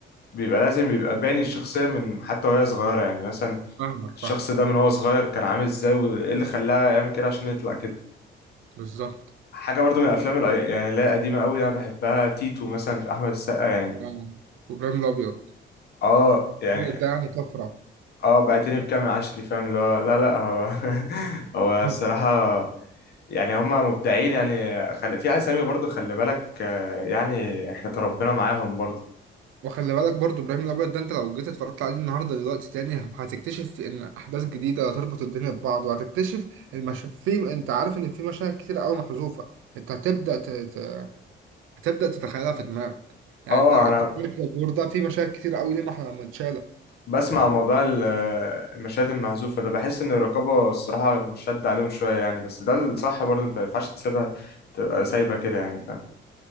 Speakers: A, on the left (about 55°); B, on the right (about 80°).
A: بيبقى لازم بيبقى باني الشخصية من حتى وهي صغيرة يعني مثلا
B: فاهمك
A: الشخص
B: فاهم
A: ده من هو صغير كان عامل ازاي وايه اللي خلاه يعمل كده عشان يطلع كده
B: بالظبط
A: حاجة برضو من الأفلام الأي- يعني اللي هي قديمة أوي أنا بحبها تيتو مثلا في أحمد السقا يعني
B: اه وإبراهيم الأبيض
A: اه يعني
B: الأبيض ده يعني طفرة
A: اه بعتني بكام يا عشري فاهم اللي هو لا لا هو <laughs> هو
B: <laughs>
A: الصراحة يعني هما مبدعين يعني خل... في أسامي برضو خلي بالك آه، يعني احنا تربينا معاهم برضو
B: وخلي بالك برضو ابراهيم الابيض ده انت لو جيت اتفرجت عليه النهارده دلوقتي تاني هتكتشف ان احداث جديده هتربط الدنيا ببعض وهتكتشف المش... في انت عارف ان في مشاهد كتير قوي محذوفه انت هتبدا ت... ت... هتبدا تتخيلها في دماغك يعني
A: اه
B: انت عبد
A: انا
B: الملك غفور ده في مشاهد كتير قوي ليه محل- ما احنا لما اتشالت
A: بسمع موضوع ال- المشاهد المحذوفة ده بحس ان الرقابة الصراحة شد عليهم شوية يعني بس ده الصح برضو انت ما ينفعش تسيبها تبقى سايبة كده يعني فاهم